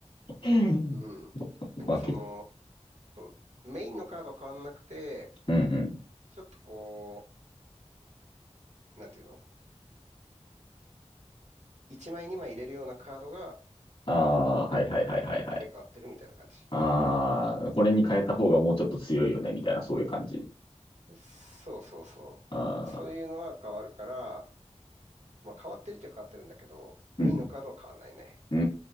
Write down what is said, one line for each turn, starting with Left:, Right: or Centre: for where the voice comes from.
Left: うん
Right: うん。なんかその、
Left: まあ、け、
Right: そうメインのカードは変わんなくて、
Left: うんうん。
Right: ちょっとこう、なんていうの1枚2枚入れるようなカードが
Left: ああ、はいはいはいはいはい。
Right: 入れ替わってるみたいな感じ。
Left: ああ、これに変えた方がもうちょっと強いよね、みたいな、そういう感じ。
Right: でそうそうそう。
Left: ああ、
Right: そういうのは変わるから、まあ変わってるっちゃ変わってるんだけど、メインのカードは変わんないね。
Left: うん。うー